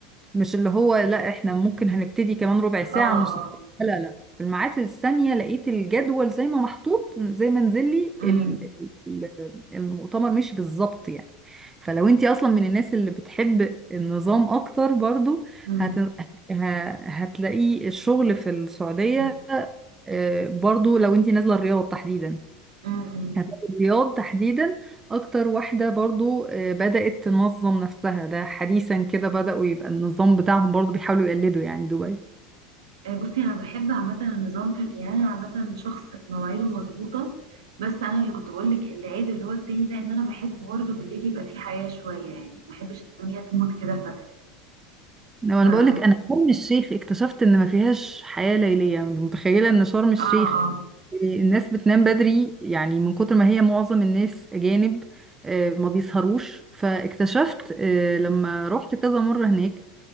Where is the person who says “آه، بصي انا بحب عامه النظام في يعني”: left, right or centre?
Right